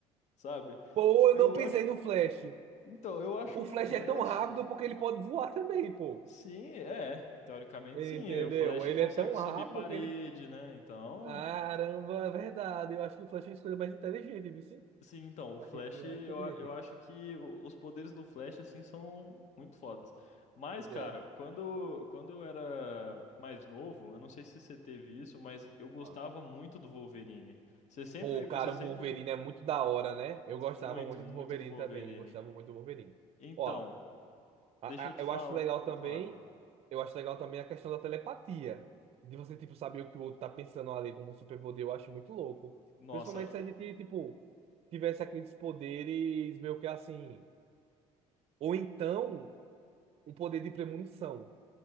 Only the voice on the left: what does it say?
sabe?
Eu
acho,
então, eu acho
o Flash
Sim, é. Teoricamente,
sim. E O Flash
consegue
subir
parede,
né? Então,
sim, então, o
Flash,
eu,
a- eu acho que o- os poderes do Flash, assim, são muito fodas. Mas,
cara, quando, quando eu era mais novo, eu não sei se você teve isso, mas eu gostava
muito do Wolverine. Você sempre,
você
sempre,
muito,
muito
do Wolverine.
Então,
deixa eu te
falar,
pode falar.
Nossa,